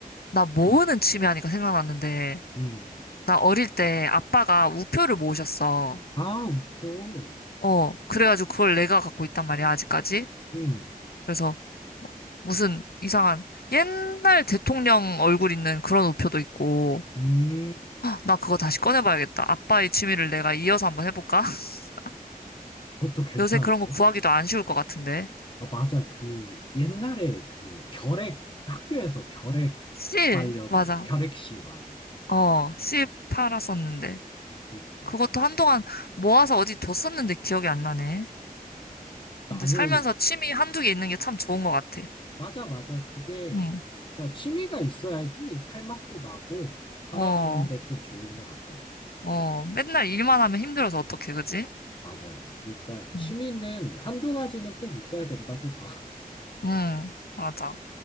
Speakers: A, on the left; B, on the left.
A: 나 모으는 취미 하니까 생각났는데,
B: 음.
A: 나 어릴 때 아빠가 우표를 모으셨어.
B: 아, 우표.
A: 어, 그래가지고 그걸 내가 갖고 있단 말이야, 아직까지.
B: 음,
A: 그래서 무슨 이상한 옛날 대통령 얼굴 있는 그런 우표도 있고
B: 음,
A: 나 그거 다시 꺼내봐야겠다. 아빠의 취미를 내가 이어서 한번 해볼까? <laughs>
B: 그것도 괜찮은데.
A: 요새 그런 거 구하기도 안 쉬울 것 같은데.
B: 아, 맞아. 그 옛날에 그 결핵 학교에서 결핵
A: 실,
B: 관련으로
A: 맞아.
B: 결핵실 맞아.
A: 어, 실 팔았었는데.
B: 그러니까
A: 그것도 한동안 모아서 어디 뒀었는데 기억이 안 나네.
B: 나는
A: 근데 살면서 취미 한두 개 있는 게 참 좋은 것 같아.
B: 맞아 맞아. 그게
A: 응,
B: 진짜 취미가 있어야지 살맛도 나고 살아가는데
A: 어,
B: 좀 좋은 것 같더라고.
A: 어. 맨날 일만 하면 힘들어서 어떡해, 그지?
B: 맞아. 그러니까 취미는
A: 응,
B: 한두 가지는 꼭 있어야 된다고 봐. <laughs>
A: 응, 맞아.